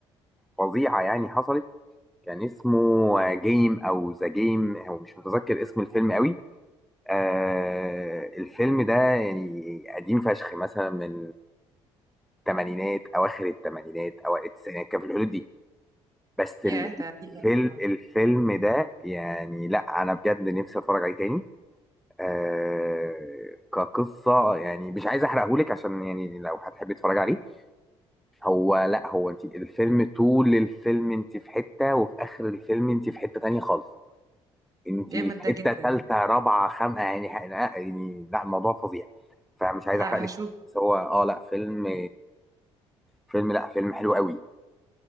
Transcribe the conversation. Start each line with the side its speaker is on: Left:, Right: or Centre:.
Centre: فظيعة يعني حصلت كان اسمه جيم او ذا جيم هو مش متذكر اسم الفيلم قوي آه الفيلم ده يعني قديم فشخ مثلا من الثمانينات اواخر الثمانينات اوائل التسعينات كان في الحدود دي بس
Right: يا
Centre: ال-
Right: ده
Centre: الفيل
Right: دي يعني. آه.
Centre: الفيلم ده يعني لا انا بجد نفسي اتفرج عليه تاني آه كقصة يعني مش عايز احرقهولك عشان يعني لو هتحبي تتفرجي عليه هو لا هو انت الفيلم طول الفيلم انت في حتة وفي اخر الفيلم انت في حتة تانية خالص انتي
Right: جامد
Centre: في حته
Right: ده جدا
Centre: ثالثه رابعه خامقه يعني ح- لا يعني لا الموضوع فظيع فمش عايز
Right: لا
Centre: احرق لك
Right: هشوف
Centre: بس هو اه لا فيلم فيلم لا فيلم حلو قوي